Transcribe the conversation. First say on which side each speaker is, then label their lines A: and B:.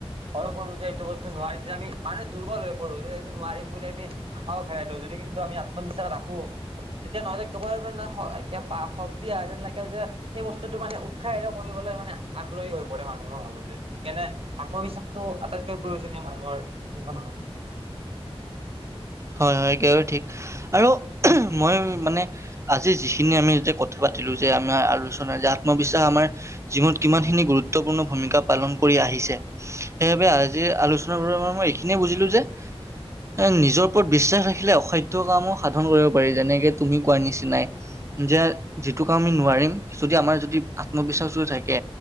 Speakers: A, on the right; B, on the right.
A: ভয় কৰো যে এইটো বস্তু নোৱাৰি আমি মানুহ দুৰ্বল হৈ পৰো যে এইটো নোৱাৰিম বুলি আমি খাওঁ খেলাই যদি কিন্তু আমি আত্মবিশ্বাস ৰাখো এতিয়া নহলে শক্তি আহা যেন লাগে যে সেই বস্তুটো মানে উৎসাহিত কৰিবলৈ মানে হৈ পৰে মানুহে ভাবো যে সকাৰে আত্মবিশ্বাসটো আটাইতকৈ প্ৰয়োজনীয় মানুহৰ জীৱনৰ
B: হয় হয় সেইটো ঠিক আৰু মই মানে আজি যিখিনি আমি যেতিয়া কথা পাতিলোঁ যে আমাৰ আলোচনাৰ যে আত্মবিশ্বাস আমাৰ জীৱনত কিমানখিনি গুৰুত্বপূৰ্ণ ভূমিকা পালন কৰি আহিছে সেইবাবে আজিৰ আলোচনাৰোৰ মই এইখিনি বুজিলো যে এ নিজৰ পৰত বিশ্বাস ৰাখিলে অসাধ্য কামো সাধন কৰিব পাৰি যেনেকে তুমি কোৱাৰ নিচিনাই যে সেইটো ক আমি নোৱাৰিম যদি আমাৰ যদি আত্মবিশ্বাস থাকে